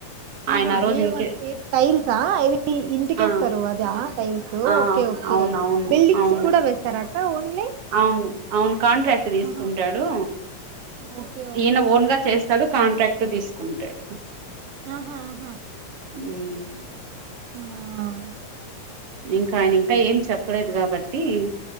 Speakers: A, on the right; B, on the right.
A: ఆహా
B: ఆయన ఆ రోజు
A: ఏ
B: ఇంకే
A: వర్ టైల్సాది ఇంటిక
B: ఆ
A: వేస్తారు అద టైల్స్
B: ఆ
A: ఓకే ఓకే
B: అవును అవును
A: బిల్డింగ్స్
B: అవును
A: కూడా వేస్తారా అక్క ఓన్లీఓ
B: అవును అవును కాంట్రాక్ట్ తీసుకుంటాడు ఈయన ఓన్ గా చేస్తాడు కాంట్రాక్ట్ తీసుకుంటాడు
A: ఆహా ఆహా
B: ఉ
A: ఆ
B: ఇంకా ఆయన
A: ఓకే
B: ఇంకా ఏమి చెప్పలేదు కాబట్టి <inaudible>